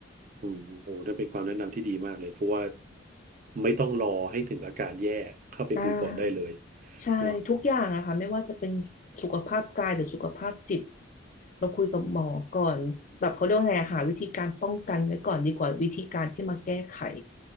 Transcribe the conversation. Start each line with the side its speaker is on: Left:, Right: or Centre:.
Right: อืมโอ้ได้เป็นความแนะนำที่ดีมากเลยเพราะว่าไม่ต้องรอให้ถึงอาการแย่เข้าไปคุยก่อนได้เลย
Left: อ่าใช่ทุกอย่างอะค่ะไม่ว่าจะเป็น
Right: เนาะ
Left: สุขภาพกายหรือสุขภาพจิตเราคุยกับหมอก่อนแบบเขาเรียกว่าไงอะหาวิธีการป้องกันไว้ก่อนดีกว่าวิธีการที่มาแก้ไข